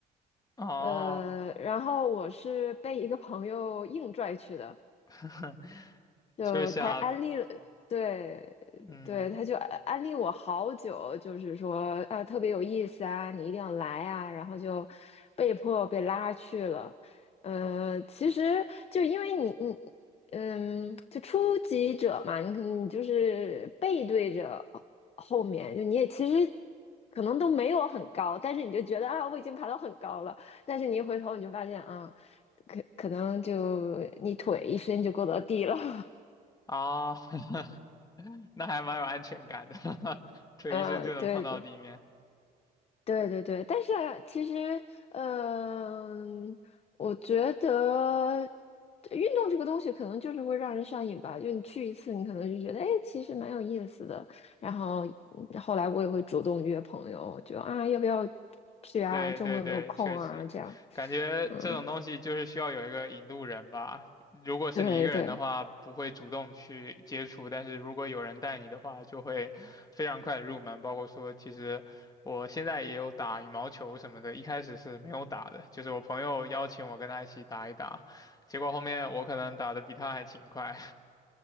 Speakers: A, on the left; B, on the left.
A: 哦，
B: 呃，然后我是被一个朋友硬拽去的。
A: <laughs>
B: 就他安利了，
A: 就是想，
B: 对对，
A: 嗯，
B: 他就安安利我好久，就是说啊，特别有意思啊，你一定要来啊，然后就被迫被拉去了。呃，其实就因为你你嗯，就初级者嘛，你可能你就是背对着后面，就你也其实可能都没有很高，但是你就觉得啊，我已经爬到很高了，但是你一回头你就发现啊，可可能就你腿一伸就够到地了。<laughs>
A: 啊，<laughs> 那还蛮有安全感的，<laughs> 腿一伸就能碰到地面。
B: 呃，对对对对对，但是啊其实，嗯、我觉得运动这个东西可能就是会让人上瘾吧。就你去一次，你可能就觉得，哎，其实蛮有意思的。然后嗯后来我也会主动约朋友，就啊，要不要去啊？
A: 对对对，
B: 周末有没有空啊？
A: 确实，
B: 这样，
A: 感觉这种东西就是需要有一个引路人吧。
B: 嗯，
A: 如果是你一个人的话，
B: 对对
A: 不会主动去接触，但是如果有人带你的话，就会非常快的入门。包括说，其实我现在也有打羽毛球什么的，一开始是没有打的，就是我朋友邀请我跟他一起打一打，结果后面我可能打的比他还勤快。